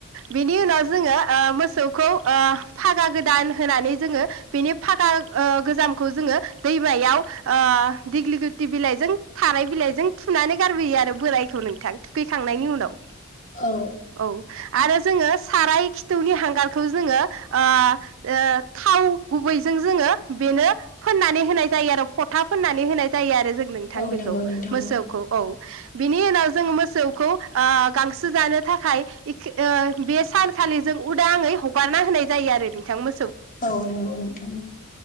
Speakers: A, on the right; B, on the left.
A: बिनि उनाव जोङो ओ मोसौखौ ओ फागा गोदान होनानै जोङो बेनि फागा ओ गोजामखौ जोङो दैमायाव ओ दिग्लि गुथि बिलाइ जों थाराय बिलाइ जों थुनानै गारबोयो आरो बोरायखौ नोंथां थुखैखांनायनि उनाव।
B: औ।
A: औ आरो जोङो साराय खिथौनि हांगारखौ जोङो आ ओ थाव गुबैजों जोङो बेनो फोननानै होनाय जायो आरो फथा फोननानै होनाय जायो आरो जों नों थां
B: औ
A: बेखौ
B: नंगौ नोंथां
A: मोसौखौ औ बिनि उनाव जों मोसौखौ ओ गांसो जानो थाखाय <unintelligible> ओ बे सानखालि जों उदाङै हगारना होनाय जायो आरो नोंथां मोस
B: औ नंगौ नोंथां